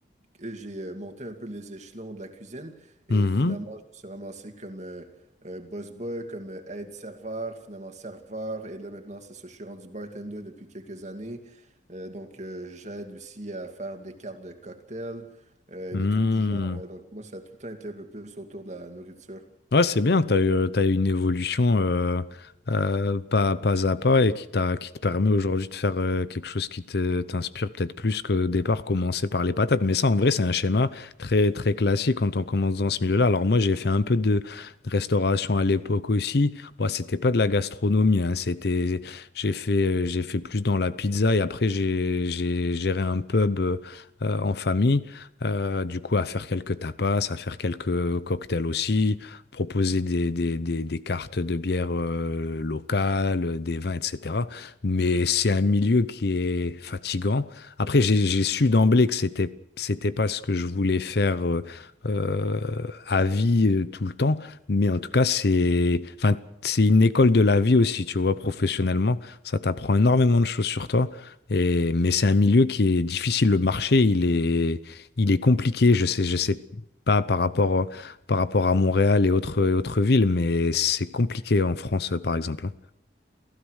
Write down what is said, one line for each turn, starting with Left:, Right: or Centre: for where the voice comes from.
Right: j'ai euh, monté un peu les échelons de la cuisine et
Left: Mhm.
Right: finalement, je me suis ramassé comme euh, euh, boss boy, comme euh, aide-serveur, finalement serveur. Et là, maintenant, c'est ça, je suis rendu bartender depuis quelques années. Euh, donc, euh, j'aide aussi à faire des cartes de cocktails, euh,
Left: Mhm.
Right: des trucs du genre. Ouais. Donc, moi, ça a tout le temps été un peu plus autour de la nourriture.
Left: Ouais, c'est bien, tu as eu, t'as eu une évolution euh, euh, pas, pas à pas et qui t'a, qui te permet aujourd'hui de faire euh, quelque chose qui te- t'inspire peut-être plus qu'au départ, commencer par les patates. Mais ça, en vrai, c'est un schéma très, très classique quand on commence dans ce milieu-là. Alors moi, j'ai fait un peu de de restauration à l'époque aussi. Bon, c'était pas de la gastronomie, hein, c'était, j'ai fait, euh, j'ai fait plus dans la pizza et après, j'ai, j'ai géré un pub euh, en famille. Euh, du coup, à faire quelques tapas, à faire quelques cocktails aussi proposer des, des- des- des cartes de bière euh, locales, euh, des vins, etc. Mais c'est un milieu qui est fatigant. Après, j'ai, j'ai su d'emblée que c'était, c'était pas ce que je voulais faire euh, euh, à vie euh, tout le temps. Mais en tout cas, c'est, enfin, c'est une école de la vie aussi, tu vois, professionnellement. Ça t'apprend énormément de choses sur toi. Et, mais c'est un milieu qui est difficile. Le marché, il est, il est compliqué. Je sais, je sais pas par rapport par rapport à Montréal et autres, et autres villes, mais c'est compliqué en France, euh, par exemple. hein.